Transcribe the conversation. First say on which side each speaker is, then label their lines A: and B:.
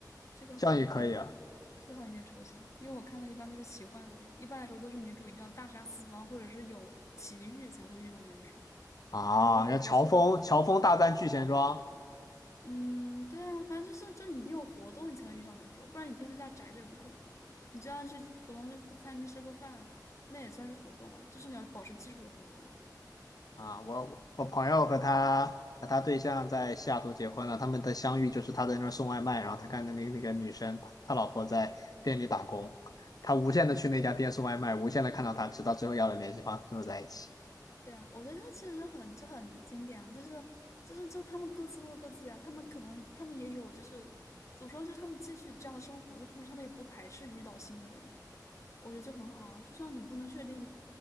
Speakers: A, on the left; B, on the left.
A: 这个好像
B: 这样也可以啊。
A: 这好像有点抽象，因为我看的一般都是奇幻类，一般来说都是女主一定要大杀四方，或者是有奇遇才会遇到男主，
B: 啊，
A: 所以还是。
B: 要乔峰，乔峰大战聚贤庄。
A: 嗯，对啊，反正就是就你一定有活动，你才能遇到男主，不然你天天在家宅着也不可能啊。你就要去普通去餐厅吃个饭，那也算是活动啊，就是你要保持基础的活动啊。
B: 啊，我我朋友和他和他对象在西雅图结婚了，他们的相遇就是他在那儿送外卖，然后他看那那那个女生，他他老婆在店里打工，他无限的去那家店送外卖，无限的看到她，直到最后要了联系方式，最后在一起。
A: 对啊，我觉得这其实就很就很经典啊，就是就是就他们各自过各自呀、他们可能他们也有就是怎么说，就是他们继续这样的生活，但同时他们也不排斥遇到新的人。我觉得就很好啊，就像你不能确定，